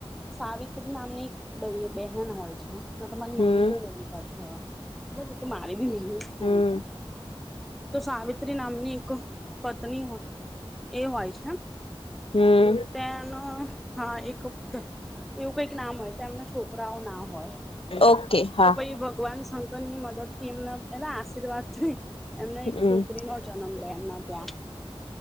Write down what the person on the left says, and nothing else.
હમ
હમ
હમ.
ઓકે હા
હમ